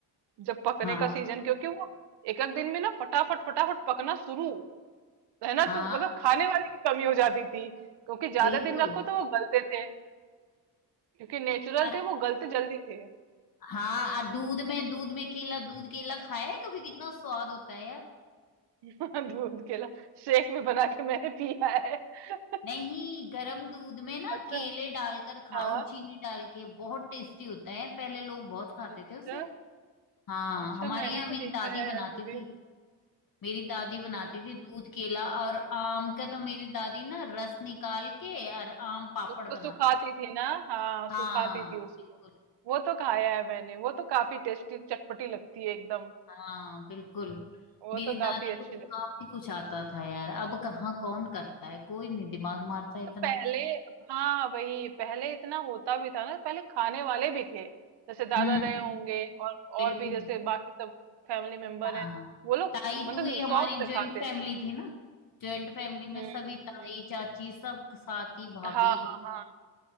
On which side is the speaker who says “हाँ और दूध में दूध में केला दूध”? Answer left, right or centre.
Left